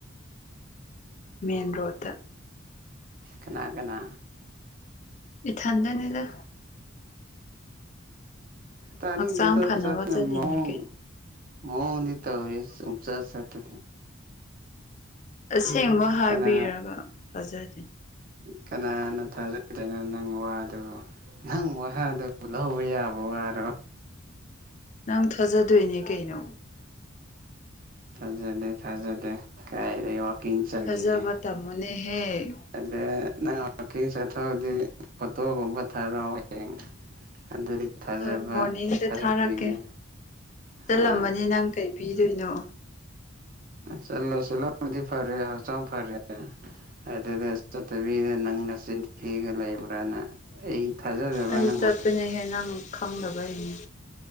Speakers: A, on the left (about 35°); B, on the right (about 45°).
A: ꯃꯦꯟ ꯔꯣꯗ
B: ꯀꯅꯥ ꯀꯅꯥ
A: ꯏ ꯊ ꯍꯗꯅꯦꯗ
B: ꯇꯥꯔ
A: ꯍꯛꯆꯥꯡ
B: ꯅꯦꯁ
A: ꯐꯅꯕ
B: ꯆ
A: ꯆꯠꯂꯤꯅꯤ
B: ꯃꯑꯣ
A: ꯀꯩꯅꯣ
B: ꯍꯗꯤ ꯇ ꯑꯣꯏꯔꯤꯦꯁ ꯆ
A: ꯑꯁꯦꯡꯕ ꯍꯥꯏꯕꯤꯔꯒ
B: ꯀꯅꯥ
A: ꯊꯥꯖꯗꯅꯤ
B: ꯀꯅꯥꯅ ꯊꯖ ꯑꯗꯨ ꯅꯪ ꯋꯥꯗꯨꯣ ꯅꯪ ꯋꯥꯍꯥꯗꯨ ꯂꯧꯕ ꯌꯥꯕ ꯋꯥꯔꯣ
A: ꯅꯪ ꯊꯥꯖꯗꯣꯏꯅꯦ ꯀꯩꯅꯣ
B: ꯊꯥꯖꯗꯦ ꯊꯥꯖꯗꯦ ꯀꯥꯏꯗ ꯋꯥꯋꯥꯛꯀꯤꯡ ꯆꯌꯦ
A: ꯊꯥꯖꯕ ꯇꯝꯃꯨꯅꯦꯍꯦ
B: ꯑꯗꯦ ꯀꯤꯡ ꯆꯠꯊꯣꯛꯑꯗꯤ ꯐꯣꯇꯣꯒꯨꯝꯕ ꯊꯥꯔꯛꯑꯣ ꯍꯌꯦꯡ ꯑꯗꯨꯗꯤ ꯊꯥꯖꯕ
A: ꯍꯣꯏ ꯃꯣꯔꯅꯤꯡꯗ
B: ꯊꯥꯖꯕꯤꯒꯦ
A: ꯊꯥꯔꯛꯀꯦ ꯆꯠꯂꯝꯃꯅꯤ
B: ꯍꯣꯏ
A: ꯅꯪ ꯀꯩ ꯄꯤꯗꯣꯏꯅꯣ
B: ꯁꯁꯂꯗꯤ ꯐꯔꯦ ꯍꯁꯥꯡ ꯐꯔꯦ ꯑꯗꯨꯗ ꯆꯠꯇꯕꯤꯗ ꯅꯪꯅ ꯆꯤꯟꯊꯤꯒ ꯂꯩꯕ꯭ꯔꯥꯅ ꯑꯩ ꯊꯥꯖꯗꯕ
A: ꯑꯩ
B: ꯅꯪꯕꯨ
A: ꯆꯠꯄꯅꯦꯍꯦꯟꯅꯪ ꯈꯪꯗꯕ ꯑꯩꯅꯤ